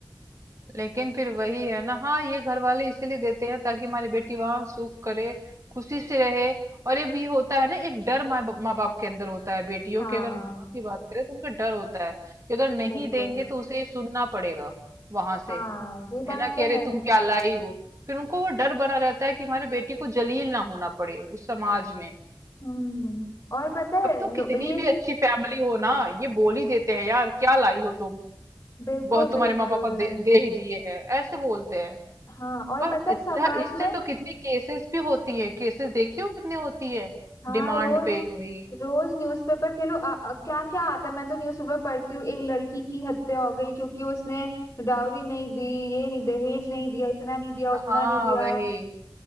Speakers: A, on the right; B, on the left.
A: लेकिन फिर वही है ना हाँ ये घर वाले इसीलिए देते हैं ताकि हमारी बेटी वहां सुख करे खुशी से रहे और एक भी होता है ना एक डर माँ माँ बाप के अंदर होता है बेटियों
B: हाँ
A: के अगर माँ बाप की बात करें तो उनका डर होता है कि अगर नहीं
B: बिल्कुल
A: देंगे तो उसे ये सुनना पड़ेगा वहां
B: हाँ
A: से
B: ये बात
A: है ना
B: तो
A: कि अरे
B: है
A: तुम क्या लाई हो फिर उनको वो डर बना रहता है कि हमारी बेटी को जलील ना होना पड़े उस समाज में
B: हम्म और पता
A: अब
B: है
A: तो
B: लो
A: कितनी
B: ये
A: भी अच्छी फैमिली हो ना ये बोल ही देते हैं यार क्या लाई हो तुम
B: बिल्कुल
A: बहुत
B: बिल्कुल
A: तुम्हारे माँ पापा दे, दे ही दिए हैं ऐसे बोलते हैं
B: हाँ और
A: और
B: पता
A: अच्छा
B: है समाज
A: इससे
B: में
A: तो कितनी केसेस भी होती है केसेस देखी हो कितनी होती है
B: हाँ
A: डिमांड
B: रोज
A: पे वही
B: रोज न्यूज़पेपर के लो क्या क्या आता है मैं तो न्यूज़पेपर पढ़ती हूँ एक लड़की की हत्या हो गई क्योंकि उसने डाउरी नहीं दी ये नहीं दहेज नहीं दिया इतना नहीं दिया उतना
A: हाँ
B: नहीं दिया
A: वही